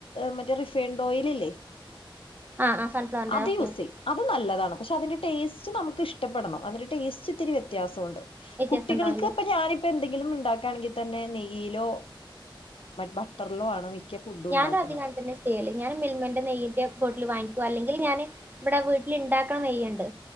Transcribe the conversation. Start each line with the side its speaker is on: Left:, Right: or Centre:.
Left: മറ്റേ റിഫൈൻഡ് ഓല്ലേ
Right: ആഹ് ആഹ് സൺഫ്ലവറിന്റെ
Left: അത്
Right: ഓക്കെ
Left: യൂസ്
Right: ആഹ്
Left: ചെയ്യ അത് നല്ലതാണ് പക്ഷെ അതിന്റെ ടേസ്റ്റ് ച്ച് നമുക്ക് ഇഷ്ടപ്പെടണം അതിന് ടേസ്റ്റ്ിത്തിരി വ്യത്യാസമുണ്ട്
Right: വ്യത്യാസം
Left: കുട്ടികൾക്ക്
Right: ഉണ്ടാവില്ല
Left: ഇപ്പ ഞാനിപ്പോ എന്തെങ്കിലും ഉണ്ടാക്കി ആണെങ്കിൽ തന്നെ നെയയിലോ ബട്ടറിലോ ആണ് മിക്ക ഫുഡും
Right: ഞാനും
Left: ഉണ്ടാക്കുന്നത്
Right: അധ ക തന്നെ സ്റ്റേല്ലേ ഞാൻ മിൽമന്റെ നെയ്യൻന്റെ ബോട്ടിൽ വാങ്ങിക്കുവ അല്ലെങ്കിൽ ഞാന് ഇവിടെ വീട്ടിൽ ഉണ്ടാക്കണ നെയ്യുണ്ട്